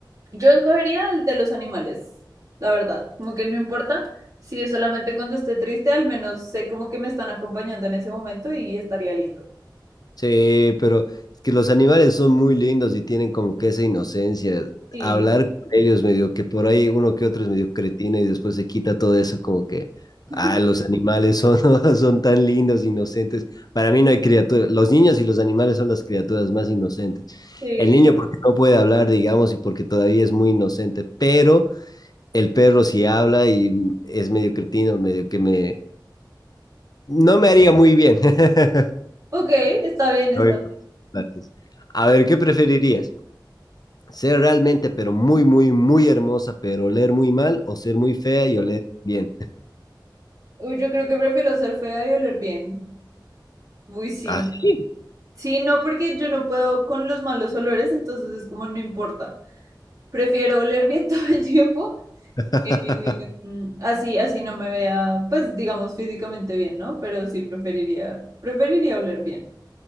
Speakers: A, on the right (about 45°); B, on the left (about 55°).
A: yo escogería el de los animales, la verdad, como que no importa. Si es solamente cuando esté triste, al menos sé como que me están acompañando en ese momento y estaría lindo.
B: Sí, pero es que los animales son muy lindos y tienen como que esa inocencia.
A: Sí.
B: Hablar con ellos medio que por ahí uno que otro es medio cretino y después se quita todo eso como que,
A: <laughs>
B: ah, los animales son, <laughs> son tan lindos, inocentes. Para mí no hay criatura. Los niños y los animales son las criaturas más inocentes.
A: Sí,
B: El niño porque no puede hablar, digamos, y porque todavía es muy inocente, pero el perro sí habla y es medio cretino, medio que me... No me haría muy bien. <laughs>
A: Ok, está bien, está
B: Hoy por los platos. A
A: bien.
B: ver, ¿qué preferirías? ¿Ser realmente, pero muy, muy, muy hermosa, pero oler muy mal? ¿O ser muy fea y oler bien?
A: Uy, yo creo que prefiero ser fea y oler bien. Uy, sí.
B: Así.
A: no. Sí, no, porque yo no puedo con los malos olores, entonces es como no importa. Prefiero oler bien <laughs> todo el tiempo.
B: <laughs>
A: eh, mm, así, así no me vea, pues digamos físicamente bien, ¿no? Pero sí preferiría, preferiría oler bien.